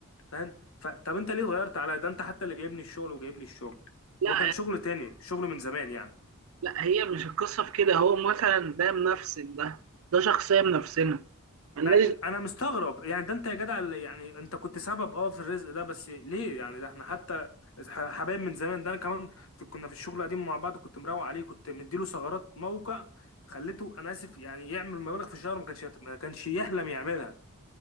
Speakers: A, on the left; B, on the right.
A: فاهم ف... طب انت ليه اتغيرت عليا ده انت حتى اللي جايبني الشغل وجايب لي الشغل
B: لا
A: هو كان شغل تاني شغل من زمان يعني
B: لا هي مش القصة في كده هو مثلا ده منفسن ده ده شخصية منفسنة ملناش
A: ما... انا مستغرب يعني ده انت يا جدع اللي يعني انت كنت سبب اه في الرزق ده بس ليه يعني ده احنا حتى ح- حبايب من زمان ده انا كمان في... كنا في الشغل القديم مع بعض كنت مروق عليه كنت مديله ثغرات موقع خليته انا اسف يعني يعمل مبالغ في الشهر ما كانش يت- ما كانش يحلم يعملها